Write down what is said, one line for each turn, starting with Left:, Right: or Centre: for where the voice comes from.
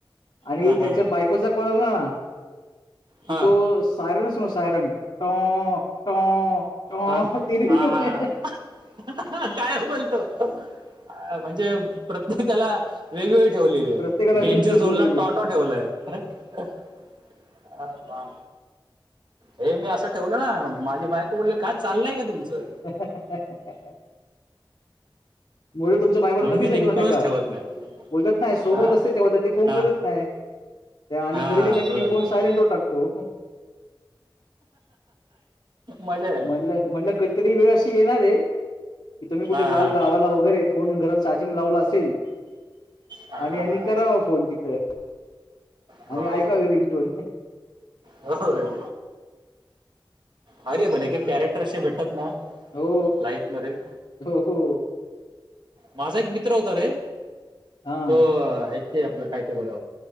Left: आणि
Right: हा
Left: त्याच्या
Right: हा हा
Left: बायकोचा कॉल आला ना
Right: हा
Left: तो सायरन असतो ना सायरन टॉ टॉ टॉ
Right: हा
Left: ती रिंगटोन
Right: हा हा
Left: ये.
Right: काय बोलतो अ म्हणजे प्रत्येकाला वेगवेगळी ठेवलेली आहे,
Left: प्रत्येकाला
Right: डेंजर
Left: वेगळी
Right: झोन
Left: ठेवलेली
Right: ला टॉ टॉ ठेवलय. अय बा <unintelligible> ये मी असं ठेवलं ना माझी बायको बोल्ले काय चाल्लय काय तुमचं?
Left: <inaudible> मो <unintelligible> ते बायकोन
Right: म्हणून
Left: कधीच
Right: मी रिंगटोनच
Left: ऐकलं नाही का?
Right: ठेवत नाही.
Left: बोलतात ना सोबत
Right: हा
Left: असते तेव्हा त ते फोन
Right: हा
Left: करत नाही. त्या आणि
Right: हा
Left: घरी गेल की
Right: बरोबर.
Left: मी फोन सायलेंटवर टाकतो.
Right: मजा आहे
Left: म्हणलं म्हणलं कध तरी वेळ अशी येणार ये की तुम्ही कुठे
Right: हा हा
Left: जाल गावाला वगैरे फोन घरात चार्जिंग लावला अस चेल
Right: हा
Left: आणि
Right: हा
Left: आणि
Right: हा
Left: करावा फोन तिथं
Right: हो
Left: आणि ऐकावी रिंगटोन
Right: होय. अरे पण एक एक कॅरेक्टर असे भेटत ना
Left: हो.
Right: लाईफ मध्ये
Left: हो हो.
Right: माझा एक मित्र होता रे,
Left: हां,
Right: तो हाय ते आपलं काय ते बर,